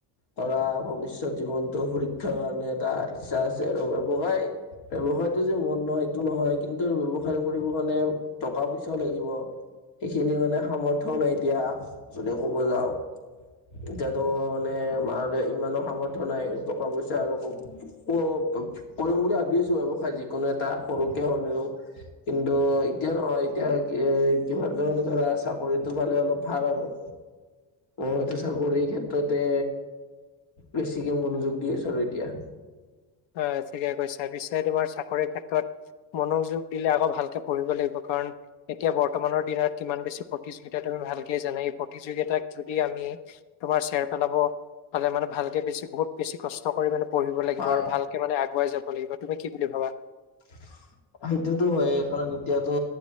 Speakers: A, on the left; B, on the left.
A: ধৰা ভৱিষ্যত জীৱনটো সুৰক্ষাৰ কাৰণে এটা ইচ্ছা আছে আৰু ব্যৱসাই। ব্যৱসায়টো যে মন নহয় সেইটো নহয় কিন্তু ব্যৱসায় কৰিবৰ কাৰণে টকা পইচাও লাগিব। সেইখিনি মানে সামৰ্থও নাই এতিয়া যদি কব যাওঁ। এতিয়াতো মানে মাৰে ইমানো সামৰ্থ নাই টকা পইচা আৰু ক কৰিম বুলি ভাবি আছো ব্যৱসায় যিকোনো এটা সৰুকে হলেও। কিন্তু এতিয়া নহয় এতিয়া কি এ কিবা কাৰে ধৰা চাকৰিটো পালে অলপ ভাল আৰু। অ', এটো চাকৰিৰ ক্ষেত্ৰতে বেছিকে মনোযোগ দি আছো আৰু এতিয়া।
B: হয় ঠিকেই কৈছা। পিছে তোমাৰ চাকৰিৰ ক্ষেত্ৰত মনোযোগ দিলে আকৌ ভাল কে পঢ়িব লাগিব কাৰণ এতিয়া ব বৰ্তমানৰ দিনত কিমান বেছি প্ৰতিযোগিতা, তুমি ভালকে জানা এই প্ৰতিযোগিতাক যদি আমি তোমাৰ চেৰ পেলাব পালে মানে ভালকে বেছি বহুত বেছি কষ্ট কৰি মানে পঢ়িব লা
A: হয়
B: গিব আৰু ভালকে মানে আগুৱাই যাব লাগিব। তুমি কি বুলি ভাবা?
A: <inaudible> সেইটোতো হয়েই কাৰণ এতিয়াতো